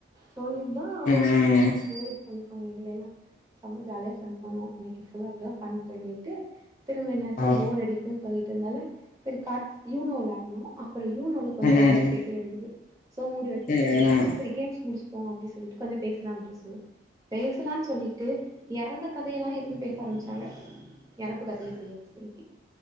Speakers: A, on the right; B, on the left.
A: சொல்லிட்தா அவுங்க
B: ம்
A: வந்து
B: ம்
A: க்ளாஸ் <unintelligible> பண்ணிர்ப்பாங்க எங்களயெல்லா செம ஜாலியா ஃபன் பண்ணுவோ இன்னைக்கு ஃபுல்லா அப்டிதா ஃபன் பண்ணிட்டு திரும்ப என்னாச்சு
B: ஆ
A: போர் அடிக்கு சொல்லிட் இருந்தால செரி காட்ஸ் யூனோ வெளாட்னோ அப்றோ யூனோல கொஞ்சோ
B: ம்
A: ரவுண்ஸ் பேய்ட்டே இருந்தது சோ மூடி வச்சிட்டு
B: ம்
A: செரி கேம்ஸ் முடிச்சுப்போ அப்டி சொல்லிட்டு கொஞ்சோ பேசலா அப்டின் சொல் பேஸ்லான் சொல்லிட்டு எறந்த கதையெல்லா இருந்து பேச ஆரம்மிச்சாங்க இப்போ கதையே பேயாச்சு இன்க்கி